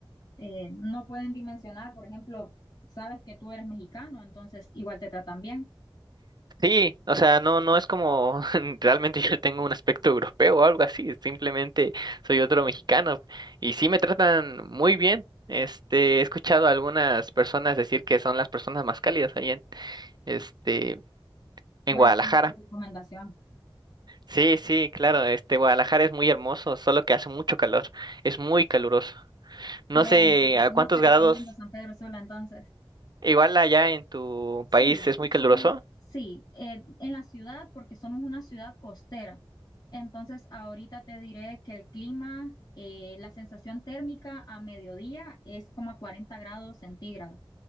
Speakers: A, on the left; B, on the right.
A: eh, no pueden dimensionar, por ejemplo, sabes que tú eres mexicano, entonces igual te tratan bien.
B: sí, o sea, no, no es como <laughs> realmente yo tengo un aspecto europeo o algo así, simplemente soy otro mexicano y sí me tratan muy bien. Este, he escuchado a algunas personas decir que son las personas más cálidas ahí en, este, en
A: Voy
B: Guadalajara.
A: a tomar tu recomendación.
B: Sí, sí, claro, este Guadalajara es muy hermoso, solo que hace mucho calor, es muy caluroso. No
A: Créeme,
B: sé a
A: no
B: cuántos
A: te recomiendo
B: grados,
A: San Pedro Sula entonces.
B: igual allá en tu
A: Sí,
B: país es muy
A: son,
B: caluroso.
A: sí, eh, en la ciudad porque somos una ciudad costera. Entonces ahorita te diré que el clima, eh, la sensación térmica a mediodía es como a 40 grados centígrados.